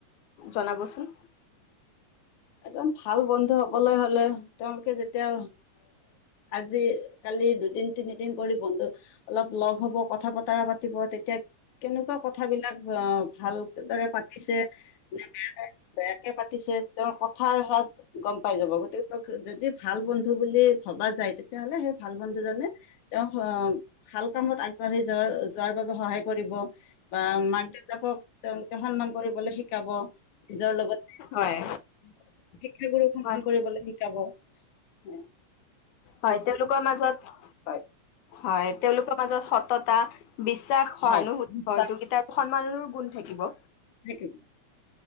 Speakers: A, on the left; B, on the left.
A: জনাবচোন?
B: একদম ভাল বন্ধু হবলৈ হলে তেওঁলোকে যেতিয়া আজি কালি দুদিন তিনিদিন কৰি বন্ধু অলপ লগ হব কথা বতৰা পাতিব, তেতিয়া কেনেকুৱা কথাবিলাক ভাল দৰে পাতিছে নে বেয়াকে বেয়াকে পাতিছে। তেওঁৰ কথাৰ <unintelligible> গম পাই যাব গতিক যদি ভাল বন্ধু বুলি ভবা যায় তেতিয়াাহলে সেই ভাল বন্ধু জনে তেওঁক আহ ভাল কামত আগবাঢ়ি যোৱাৰ যোৱাৰ বাবে সহায় কৰিব বা মাক দেউতাকক তেওঁলোকে সন্মান কৰিবলৈ শিকাব নিজৰ লগত
A: হয়।
B: <inaudible> শিক্ষাগুৰুক সন্মান
A: হয়
B: কৰিবলৈ শিকাব। এ
A: হয়। তেওঁলোকৰ মাজত
B: হয়
A: হয়। তেওঁলোকৰ মাজত সত্ৰ -তা বিশ্বাস, সহানুভূতি,
B: হয় বিশ্বাস
A: সহযোগিতা সন্মানৰ, কোন থাকিব?
B: <unintelligible>